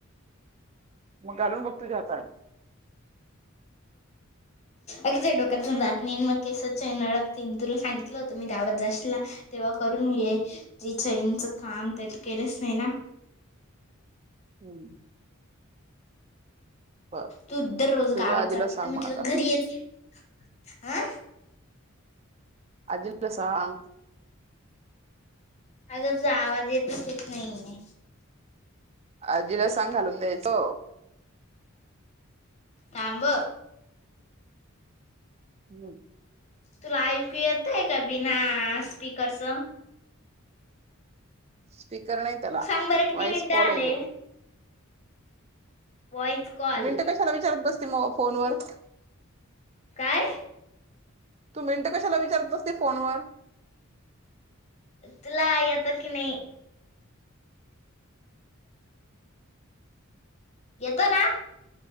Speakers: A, on the right; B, on the left.
A: मग घालून बघ तुझ्या आता..
B: अगदीे डोक्यातून जात नाही मग कस.... चैन अडकते तुला सांगितलं होतं मी गावात जाशीला तेव्हा करून घे जी चैनच का? आम तर त केलंच नाही ना...
A: हम्म... बर.
B: तू दररोज
A: तुझ्या
B: गावात
A: आजीला
B: जाते
A: सांग
B: तर मी
A: मग आता.
B: तुझ घरी येत... आं...
A: आजीला सांग...
B: अग तुझा आवाज येत नाही आहे...
A: आजीला सांग घालून द्यायचो...
B: थांब...
A: हम्म...
B: तुला ऐकू येत आहे का बिना स्पीकरच..
A: स्पीकर नाही त्याला
B: सांग बरं किती
A: वॉयस
B: मिनिटं
A: कॉल
B: आले
A: आहे तो...
B: व्हॉइस कॉल
A: मिनट कशाला विचारत बसतील मग फोनवर..
B: काय?
A: तू मिनट कशाला विचारत बसते फोनवर...
B: तुला येतो की नाही... येत ना...